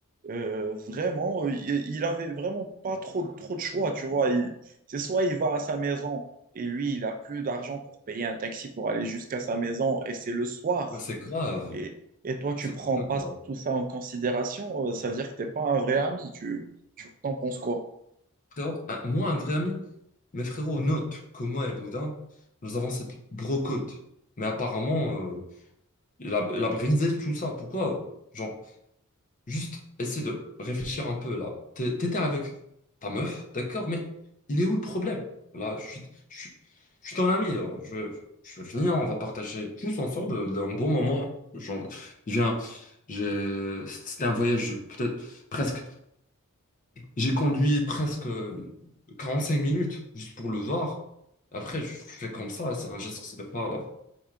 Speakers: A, on the right (about 40°); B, on the left (about 35°).
A: euh, vraiment, euh, il, il avait vraiment pas trop, trop de choix, tu vois. Il- C'est soit il va à sa maison et lui, il a plus d'argent pour payer un taxi pour aller jusqu'à sa maison et c'est le soir.
B: Bah, c'est grave,
A: Et, et toi, tu
B: c'est
A: prends
B: vraiment
A: pas
B: grave.
A: tout ça en considération, euh, ça veut dire que t'es pas un vrai ami. Tu, tu t'en penses quoi?
B: Frérot, un- moi, un vrai ami, mes frérots notent que moi et Boudin, nous avons cette brocode. Mais apparemment, euh, il a, il a brisé tout ça. Pourquoi? Genre, Juste essayer de réfléchir un peu là. T'é- T'étais avec ta meuf, d'accord, mais il est où le problème? Là, je suis, je suis, je suis ton ami, alors je, je veux finir, on va partager tous ensemble un bon moment. Genre, je viens, j'ai- c'était un voyage peut-être presque. J'ai conduit presque 45 minutes juste pour le voir. Après, je fais comme ça, c'est un geste que ça fait pas là.